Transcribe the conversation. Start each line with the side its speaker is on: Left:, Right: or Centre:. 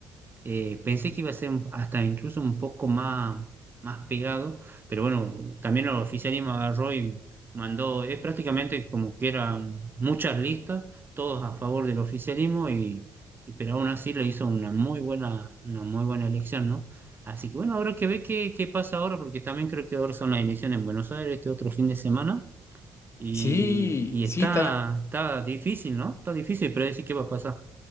Right: Eh, pensé que iba a ser un- hasta incluso un poco más, más pegado, pero bueno, también el oficialismo agarró y mandó, es prácticamente como que eran muchas listas, todos a favor del oficialismo, y, y- pero aún así le hizo una muy buena, una muy buena elección, ¿no? Así que bueno, habrá que ver qué, qué pasa ahora, porque también creo que ahora son las elecciones en Buenos Aires este otro fin de semana, y,
Left: Sí,
Right: y
Left: sí,
Right: está,
Left: tal.
Right: está difícil, ¿no? Está difícil predecir qué va a pasar.